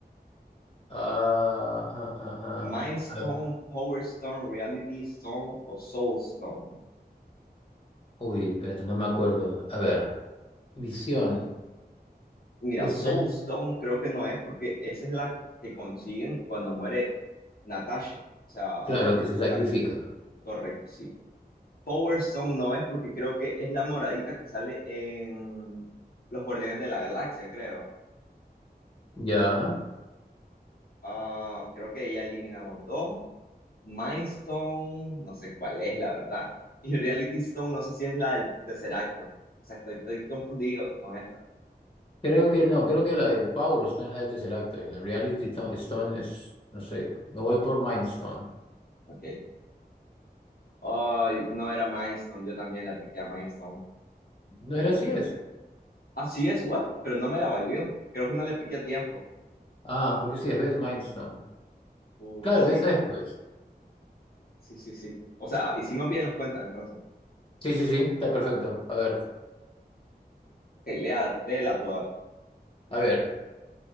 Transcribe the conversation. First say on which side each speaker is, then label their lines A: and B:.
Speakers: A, on the left; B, on the left.
A: Ah, ah, ah, ah.
B: Mind Stone,
A: A ver.
B: Power Stone, Reality Stone o Soul Stone.
A: Uy, espérate, no me acuerdo. A ver. Visión.
B: Mira,
A: Esta
B: Soulstone
A: es,
B: creo que no es porque esa es la que consiguen cuando muere Natasha. O sea,
A: claro, que se
B: la-
A: sacrifica.
B: correcto, sí. Power Stone no es porque creo que es la moradita que sale en Los Guardianes de la Galaxia, creo.
A: Ya.
B: Ah, creo que ya eliminamos dos. Mind Stone, no sé cuál es, la verdad. Y Reality Stone, no sé si es la del tercer acto. O sea, estoy, estoy confundido con esta.
A: Creo que no, creo que la de Power Stone es la del Tesseract y la Reality Stone Stone es, no sé, me voy por Mind Stone.
B: Ok. Ay, no era Mind Stone, yo también la piqué a Mind Stone.
A: ¿No era así es?
B: Así es, what? Pero no me la valió. Creo que no le piqué a tiempo.
A: Ah, porque sí es Best Milestone.
B: Uh,
A: Claro,
B: sí,
A: esa es pues.
B: sí, sí, sí. O sea, hicimos bien las cuentas, entonces.
A: Sí, sí, sí, está perfecto. A ver,
B: Ok, léa, léela tú ahora.
A: a ver.